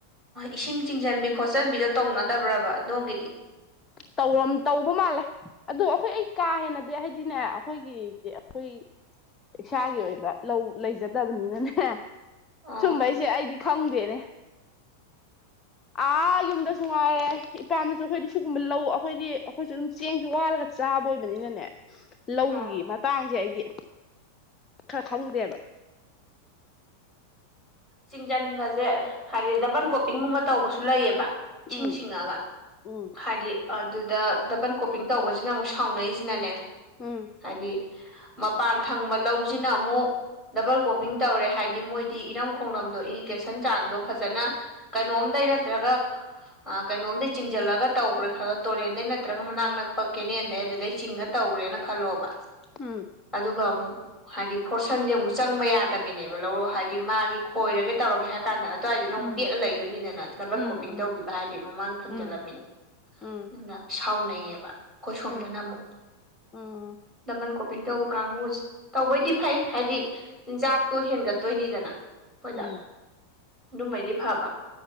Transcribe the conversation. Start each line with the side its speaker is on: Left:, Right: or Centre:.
Centre: ꯏꯁꯤꯡ ꯆꯤꯡꯁꯤꯟꯕꯤ ꯈꯣꯠꯆꯟꯕꯤꯗꯣ ꯇꯧꯅꯗꯕ꯭ꯔꯕ ꯑꯗꯣꯝꯒꯤꯗꯤ
Left: ꯇꯧꯔ ꯇꯧꯕ ꯃꯥꯜꯂꯦ ꯑꯗꯣ ꯑꯩꯈꯣꯏ ꯑꯩ ꯀꯥ ꯍꯦꯟꯅꯗꯤ ꯍꯥꯏꯗꯤꯅꯦ ꯑꯩꯈꯣꯏꯒꯤꯗꯤ ꯑꯩꯈꯣꯏ ꯏꯁꯥꯒꯤ ꯑꯣꯏꯕ ꯂꯧ ꯂꯩꯖꯗꯕꯅꯤꯅꯅꯦ
Centre: ꯑꯣ
Left: ꯁꯨꯝꯕ ꯑꯩꯁꯦ ꯑꯩꯗꯤ ꯈꯪꯗꯦꯅꯦ ꯑꯥ ꯌꯨꯝꯗꯁꯨ ꯉꯥꯏꯔꯦ ꯏꯄꯥꯅꯁꯨ ꯑꯩꯈꯣꯏꯗꯤ ꯨꯝꯕ ꯂꯧ ꯑꯩꯈꯣꯏꯗꯤ ꯑꯩꯈꯣꯏꯁꯨ ꯑꯗꯨꯝ ꯆꯦꯡꯁꯨ ꯋꯥꯠꯂꯒ ꯆꯥꯕ ꯑꯣꯏꯕꯅꯤꯅꯅꯦ ꯂꯧꯒꯤ
Centre: ꯑꯣ
Left: ꯃꯇꯥꯡꯁꯦ ꯑꯩꯗꯤ ꯈꯔ ꯈꯪꯗꯦꯕ
Centre: ꯆꯤꯡꯁꯤꯟꯕꯁꯦ ꯍꯥꯏꯗꯤ ꯗꯕꯟ ꯀꯣꯞꯄꯤꯡꯒꯨꯝꯕ ꯇꯧꯕꯁꯨ ꯂꯩꯑꯕ ꯁꯤꯡ
Left: ꯎꯝ
Centre: ꯁꯤꯡꯉꯒ
Left: ꯎꯝ
Centre: ꯍꯥꯏꯗꯤ ꯑꯗꯨꯗ ꯗꯕꯟ ꯀꯣꯄꯤꯡ ꯇꯧꯕꯁꯤꯅ ꯑꯃꯨꯛ ꯁꯥꯎꯅꯩꯁꯤꯅꯅꯦ
Left: ꯎꯝ
Centre: ꯍꯥꯏꯗꯤ ꯃꯄꯥꯟ ꯊꯪꯕ ꯂꯧꯁꯤꯅ ꯑꯃꯨꯛ ꯗꯕꯜ ꯀꯣꯄꯤꯡ ꯇꯧꯔꯦ ꯍꯥꯏꯗꯤ ꯃꯣꯏꯗꯤ ꯏꯔꯝ ꯈꯣꯡꯂꯝꯗꯣ ꯏꯔꯤꯒꯦꯁꯟ ꯆꯥꯡꯗꯣ ꯐꯖꯅ ꯀꯩꯅꯣꯝꯗꯩ ꯅꯠꯇ꯭ꯔꯒ ꯀꯩꯅꯣꯝꯗ ꯆꯤꯡꯁꯤꯜꯂꯒ ꯇꯧꯈ꯭ꯔꯦ ꯈꯜꯂꯣ ꯇꯨꯔꯦꯟꯗꯩ ꯅꯠꯇ꯭ꯔꯒ ꯃꯅꯥꯛ ꯅꯛꯄ ꯀꯦꯅꯦꯜꯗꯩ ꯑꯗꯨꯗꯩ ꯆꯤꯡꯉ ꯇꯧꯈ꯭ꯔꯦꯅ ꯈꯜꯂꯣꯕ
Left: ꯎꯝ
Centre: ꯑꯗꯨꯒ ꯑꯃꯨꯛ ꯍꯥꯏꯗꯤ ꯐꯣꯔꯁꯟꯁꯦ ꯑꯃꯨꯛ ꯆꯪꯕ ꯌꯥꯗꯕꯤꯅꯦꯕ ꯂꯧꯔꯣ ꯍꯥꯏꯗꯤ ꯃꯥꯒꯤ ꯈꯣꯏꯔꯒꯦ ꯇꯧꯔꯒꯦ ꯍꯥꯏ ꯀꯥꯟ ꯑꯗꯨꯋꯥꯏꯗ ꯅꯨꯛ
Left: ꯎꯝ
Centre: ꯄꯦꯠꯂ ꯂꯩ ꯑꯗꯨꯅꯤꯗꯅ ꯗꯕꯜ
Left: ꯎꯝ
Centre: ꯀꯣꯄꯤꯡ
Left: ꯎꯝ
Centre: ꯇꯧꯈꯤꯕ ꯍꯥꯏꯔꯗꯤ ꯃꯃꯥꯡ ꯊꯝꯖꯜꯂꯝꯃꯤꯅ
Left: ꯎꯝ ꯎꯝ
Centre: ꯑꯗꯨꯅ ꯁꯥꯎꯅꯩꯌꯦꯕ ꯑꯩꯈꯣꯏ ꯁꯣꯝꯗꯅ
Left: ꯎꯝ
Centre: ꯑꯃꯨꯛ
Left: ꯎꯝ
Centre: ꯗꯕꯟ ꯄꯤꯡ ꯇꯧꯕ ꯀꯥꯡꯕꯨꯁꯦ ꯇꯧꯕꯩꯗꯤ ꯐꯩ ꯍꯥꯏꯗꯤ ꯆꯤꯟꯖꯥꯛꯇꯣ ꯍꯦꯟꯒꯠꯇꯣꯏꯅꯤꯗꯅ ꯑꯩꯈꯣꯏꯗ
Left: ꯎꯝ
Centre: ꯑꯗꯨꯃꯩꯗꯤ ꯐꯕ